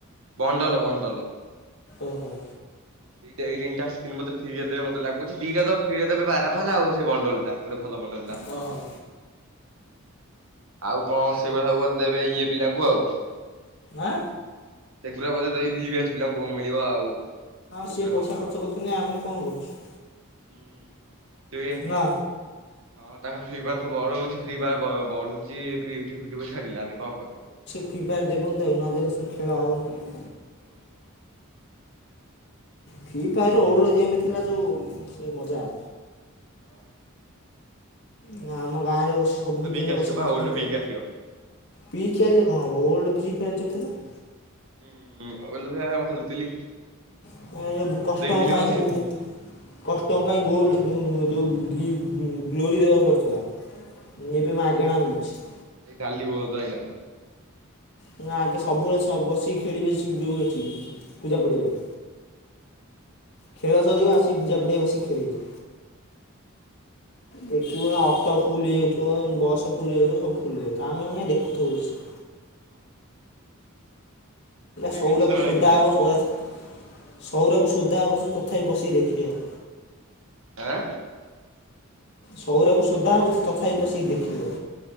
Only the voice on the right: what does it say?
Bundle bundle.
ଏଇତିନଟା ସ୍ନ୍ ମେରିଆ ଦେବେ ମତୋଗୁଛି ଦିଟାର ଫେରିଆ ଦେବେ ପାରା ଆଉ ସେଇ ବଣ୍ଡଲଟା ଗୋଟେ ଭଲଣ୍ଡଲ ଟା।
ଆଉ କଣ ସେଗୁଡା ସବୁ ଦେବେ ଇଏ ପିଲାଙ୍କୁ ଆଉ।
ସେଗୁଡା ବୋଧେ ଦେବେ ଭିି ବ୍ୟାଚ ପିଲାଙ୍କୁ ମିଳିବ ଆଉ
ହବ
ହୁଁ ଦୁଇ ଏ
ହଁ ତାଙ୍କ ଫ୍ରି ଫାର କୁ ବଢଉଛି ଫ୍ରି ଫାର ବଢୁଚି ୟୁ ଟ୍ୟୁବ୍, ଫି ଟ୍ୟୁବ୍ ରେ ଛାଡିଲା ଆମେ କଣ କରିବା?
ହୁଁ ହୁଁ।
ହଁ।
ସେ
ଓଲଡ ପିକ୍ ଆସିବ
ବା
ଓଲଡ
ପିକ୍ ଆସିବ।
ହୁଁ ଉଁ ଓଲୁ ଭାବା ମୁଁ ଖେଳୁଥିଲି
ଛାଡି
ଦେଇଥିଲି
ମଝିରେ
ପୁଣି
ଏଇ ଡାଲି ବୋଲ୍ ତ ଆଇଲାଣି।
<inaudible>
ହୁଁ ହୁଁ
ନେକ୍ସର
ଆଗକୁ
ଆଁ